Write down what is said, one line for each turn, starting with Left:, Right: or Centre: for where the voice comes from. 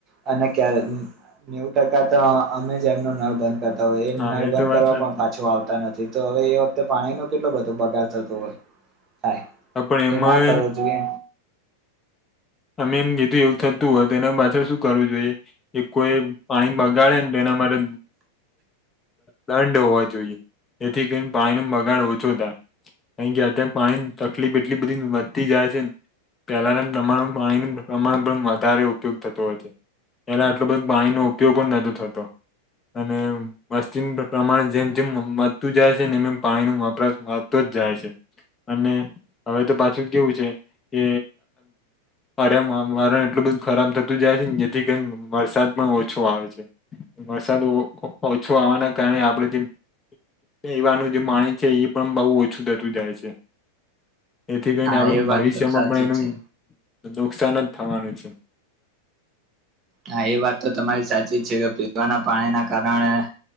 Right: અને ક્યારે, નેવ ટકા તો અમેજ એમનો ન બંધ કર હોય, એ નળ
Left: હા
Right: બંધ
Left: તો વાત
Right: કરવા
Left: સાચી
Right: પણ પાછો આવતા નથી. તો હવે, એ વખતે પાણી ન કેટલો બધો બગાર થતો, હોય થાય
Left: હા, પણ એમાં
Right: એના કરો, જોઈએ
Left: અમે એમ જેીધું એવું થતું હોય, તો એને પાછળ શું કરવું જોઈએ, કે કોઈ પાણી બગાડેને લના, માટે દંડ હોવા, જોઈએ એથી કરીને પાણી નો બગાડ ઓછો થાય કાર કે, અત્યારે પાણી તકલીફ એટલી બધી વધતી જાય છેને, પેલાના પ્રમાણ પાણી પ્રમાણ પણ વધારે ઉપયોગ થતોું હોય, છે એલા આટલો, બધો પાણીનો ઉપયોગ પણ નથી, તો થતો અને મસ્િન પ્રમાણે જેમ, જેમ મતું જાય છે, ને એમ એમ પાણી ન વપરાશ વાતો જ જાય છે, અને હવે, તો પાછું કેવું છે, કે અરે એમ વારણ એટલું બધું ખરાબ થતું જાય છેને, જેથી કે વરસાદ પણ ઓછો આવે છે. વરસાદ ઓછો આવવાના કારણે, આપડ જે એ એવાનું જે માણ છે, એ પણ બહુ ઓછું થતું જાય છે. એથી કરીઈને,
Right: હા
Left: આપણું
Right: એ વાત
Left: ભવિષ્યમા
Right: તો સાચી
Left: પણ એનું
Right: જ છે
Left: તો નુકસાન જ થવાનું છે.
Right: હા, એ વાત તો તમારી સાચી જ છે, કે પીવાના પાણીના કારણે.